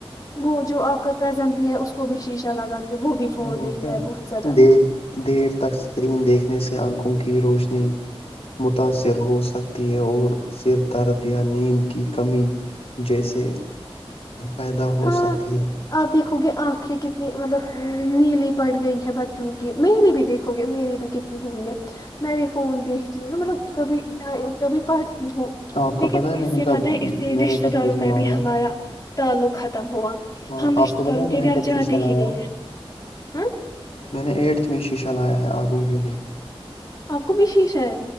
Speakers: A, on the left; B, on the left.
A: وہ جو آپ کا کزن بھی ہے اس کو بھی شیشہ لگا کے وہ بھی فون
B: اور
A: دیکھتا
B: کیا
A: ہے بہت زیادہ
B: دیر دیر تک سکرین دیکھ سے آنکھوں کی روشنی متاثر ہو سکتی ہے اور سر درد یا نیم کی کمی جیسے پیدا ہو
A: ہاں
B: سکتی ہے
A: آپ دیکھو گے آنکھیں کتنی مطلب نیلی پڑ گئی ہیں بچوں کی میری بھی دیکھو گے میری بھی کتنی ہوئی ہے میں بھی فون دیکھتی ہوں نا مطلب کبھی ٹائم کبھی پڑھ ہوں
B: آپ کو
A: لیکن
B: پت ہے میں
A: اس
B: نے
A: سے
B: کب
A: پت ہے اس سے
B: میں
A: رشتے
B: نے کب
A: داروں
B: شیشہ
A: میں
B: لایا
A: بھی ہمارا
B: ہے
A: تعلق ختم ہوا
B: ہاں
A: ہم رشتہ
B: آپ کو
A: داروں
B: پتا ہے میں
A: کے
B: نے
A: گھر
B: کب
A: جاتے
B: شیشہ لیا
A: ہی نہیں
B: ہے
A: ہیں ہاں
B: میں نے ایٹھ میں چلایا ہے آنکھوں کے لیے
A: آپ کو بھی شیش ہے